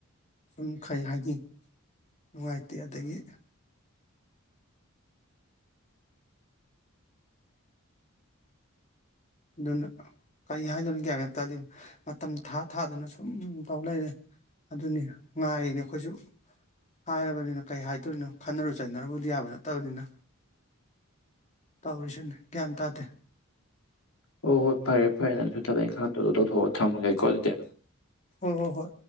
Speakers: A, on the left; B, on the left.
A: ꯁꯨꯝ ꯈꯩ ꯍꯥꯏꯅꯤ ꯅꯨꯡꯉꯥꯏꯇꯦ ꯑꯗꯩꯒꯤ ꯗꯨꯅ ꯀꯩ ꯍꯥꯏꯗꯣꯏꯅꯦ ꯒ꯭ꯌꯥꯟ ꯑꯝꯇꯥꯗꯦ ꯃꯇꯝ ꯊꯥ ꯊꯥꯗꯅ ꯁꯨꯝ ꯇꯧ ꯂꯩꯔꯦ ꯑꯗꯨꯅꯤ ꯉꯥꯏꯔꯤꯅꯦ ꯑꯈꯣꯏꯁꯨ ꯍꯥꯏꯔꯕꯅꯤꯅ ꯀꯩ ꯍꯥꯏꯗꯣꯏꯅꯣ ꯈꯟꯅꯔꯨ ꯆꯩꯅꯔꯨꯕꯗꯤ ꯌꯥꯕ ꯅꯠꯇꯕꯅꯤꯅ ꯇꯧꯔꯤꯁꯤꯅꯦ ꯒ꯭ꯌꯥꯟ ꯇꯥꯗꯦ
B: ꯑꯣ ꯍꯣꯏ ꯐꯔꯦ ꯐꯔꯦ ꯅꯪ ꯊꯕꯛ ꯏꯪꯈꯥꯡ ꯇꯧꯗꯣ ꯇꯧꯊꯣꯛꯑꯣ ꯊꯝꯃꯒꯦꯀꯣ ꯑꯗꯨꯗꯤ
A: ꯍꯣ ꯍꯣ ꯍꯣꯏ